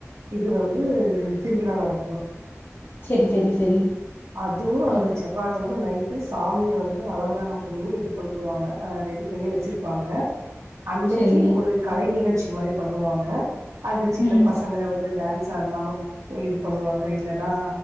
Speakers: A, on the right; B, on the left.
A: இது வந்து திருவிழா நடக்கும்
B: செரி செரி செரி
A: அதுவு அவங்க
B: ஓகே
A: செவ்வாகழம நைட் டு சாமிய வந்து அலங்காரம் பண்ணி இது பண்ணுவாங்க அ ரெடி பண்ணி வச்சிருப்பாங்க அன்னைக்கு
B: செரி
A: ஒரு கலை நிகழ்ச்சி மாரி பண்ணுவாங்க அது சின்ன
B: ம்
A: பசங்க வந்து டான்ஸ் வந்தாலும் இது பண்ணுவாங்க இல்லன்னா